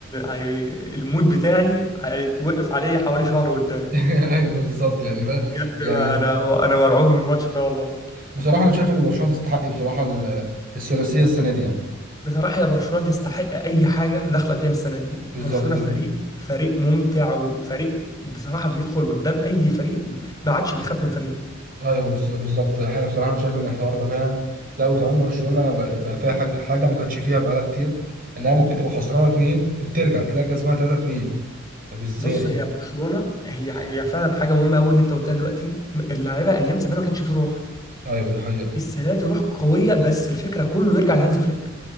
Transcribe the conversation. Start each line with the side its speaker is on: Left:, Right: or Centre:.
Left: هي- المود بتاعي هيتوقف عليه حوالي شهر قدام
Right: <laughs> ايوه بالظبط يعني فاهم
Left: بجد
Right: يعني
Left: ما انا انا مرعوب من الماتش ده والله
Right: بصراحة أنا شايف إن برشلونة تستحق بصراحة ال- الثلاثية السنة دي يعني
Left: بصراحة يا برشلونة تستحق أي حاجة داخلة فيها السنة دي برشلونة
Right: بالظبط ده
Left: فريق
Right: حقيقي
Left: فريق ممتع وفريق بصراحة بيدخل قدام أي فريق ما عادش بيخاف من فريق
Right: ايوه بس- بالظبط الحقيقه بصراحه انا شايف ان الحوار ده فعلا لا وكمان برشلونه بقى بقى فيها حاجه حاجة ما كانتش فيها بقالها كتير انها ممكن تبقى خسرانه اتنين ترجع تلاقي كسبانه تلاته اتنين طب ازاي؟
Left: بص هي برشلونة هي هي فعلا حاجة مهمة أوي اللي أنت قلتها دلوقتي اللاعيبة أيام زمان ما كانش فيه روح
Right: ايوه ده حقيقي
Left: السنة دي روح قوية بس الفكرة كله يرجع لهانز فليك